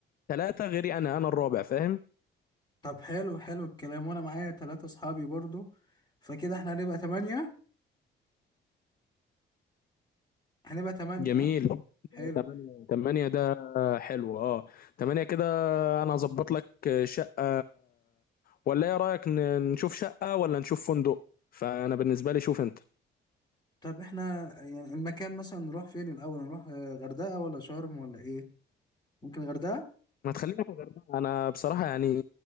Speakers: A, on the left; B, on the left.
A: ثلاثة غيري انا انا الرابع فاهم
B: طب حلو حلو الكلام وانا معايا ثلاثة اصحابي برضو فكده احنا هنبقى تمانية هنبقى تمانية
A: جميل
B: ها؟ حلو
A: تمانية تمانية ده حلو اه تمانية كده انا هظبط لك آه، شقة ولا ايه رأيك ن- نشوف شقة ولا نشوف فندق فانا بالنسبة لي شوف انت
B: طب احنا يعني المكان مثلا نروح فين الاول نروح آه، غردقة ولا شرم ولا ايه ممكن غردقة
A: ما تخلينا في الغردقة انا بصراحة يعني